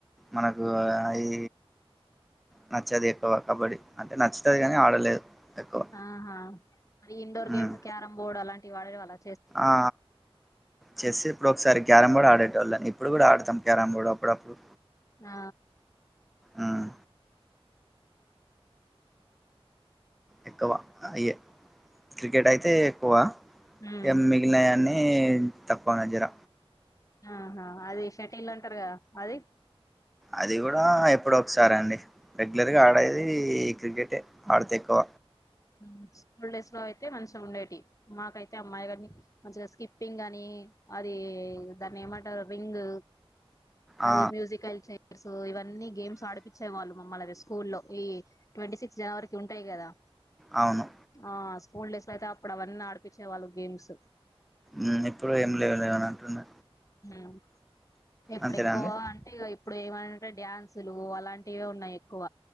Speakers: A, in the centre; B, on the left.
A: మనకు అవి నచ్చదు ఎక్కువ కబడ్డీ అంటే నచ్చుతది కానీ ఆడలేదు ఎక్కువ
B: ఆహా మరి indoor
A: um,
B: games carrom board అలాంటివి ఆడేవాళ్ళా
A: ఆ చెస్ ఇప్పుడు ఒకసారి క్యారమ్ బోర్డ్ ఆడేటోల్లం ఇప్పుడు కూడా ఆడతం క్యారమ్ బోర్డు అప్పుడప్పుడు
B: ఆ
A: ఉమ్, ఎక్కువ అయే క్రికెట్ అయితే ఎక్కువ
B: ఉమ్
A: ఎమ్మిగ్ మిలినయన్ని తక్కువనే జెర
B: ఆహా అది షటిల్ అంటారు గదా అది
A: అది గూడా ఎప్పుడొ ఒకసారి అండి రెగ్యులర్గా ఆడేది క్రికెటే ఆడితే ఎక్కువ
B: ఊమ్ స్కూల్ డేస్ లో అయితే మంచిగా ఉండేటివి మాకైతే అమ్మాయి గారిని మంచిగా స్కిప్పింగ్ అని అది దాన్ని ఏమంటారు రింగు అది
A: ఆ
B: మ్యూజికల్ చైర్ సు ఇవన్నీ గేమ్స్ ఆడిపించే వాళ్ళు మమ్మల్ అది స్కూల్లో ఈ ట్వంటీ సిక్స్త్ జనవరికి ఉంటాయి గదా
A: అవును
B: ఆ స్కూల్ డేస్ లో అయితే అప్పుడు అవన్నీ ఆడిపించేవాళ్ళు గేమ్స్
A: ఊమ్ ఇప్పుడు ఏం లేవు లేవని అంటున్నా
B: ఊ ఇప్పుడు
A: అంతేనా
B: ఎక్కువ
A: అండి
B: అంటే ఇగ ఇప్పుడు ఏమైనాంటే డ్యాన్సులు అలాంటివే ఉన్నాయి ఎక్కువ